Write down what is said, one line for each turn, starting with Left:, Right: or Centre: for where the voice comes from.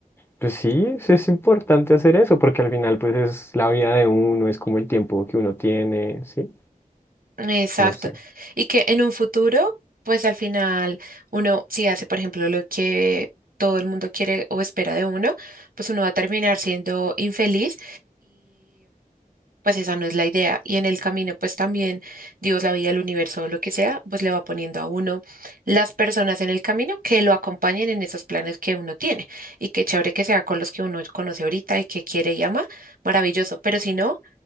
Left: pues sí, sí es importante hacer eso, porque al final pues es la vida de uno, es como el tiempo que uno tiene, ¿sí?
Right: Exacto.
Left: No sé.
Right: Y que en un futuro, pues al final uno, si hace, por ejemplo, lo que todo el mundo quiere o espera de uno, pues uno va a terminar siendo infeliz pues esa no es la idea. Y en el camino, pues también Dios, la vida, el universo, lo que sea, pues le va poniendo a uno las personas en el camino que lo acompañen en esos planes que uno tiene. Y qué chévere que sea con los que uno conoce ahorita y que quiere y ama, maravilloso. Pero si no,